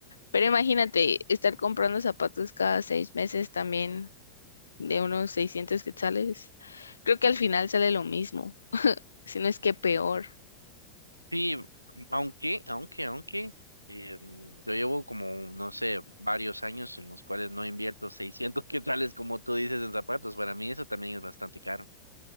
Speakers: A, on the left; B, on the right.
A: pero imagínate estar comprando zapatos cada seis meses también de unos 600 quetzales. Creo que al final sale lo mismo, si no es que peor.
B: Sí, mm, aunque, aunque, aunque, eh, mm, yo llevo como, no sé, varios años en los cuales no invierto 600 <laughs> quetzales, como tú dices, en zapatos. Para mí eso también es bastante caro.